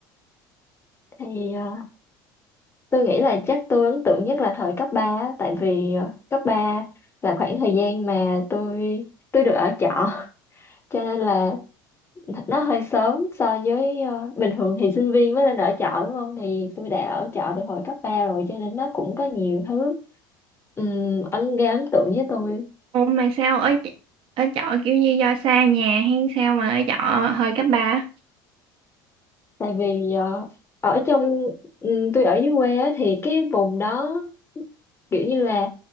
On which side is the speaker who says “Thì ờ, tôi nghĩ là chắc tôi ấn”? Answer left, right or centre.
Left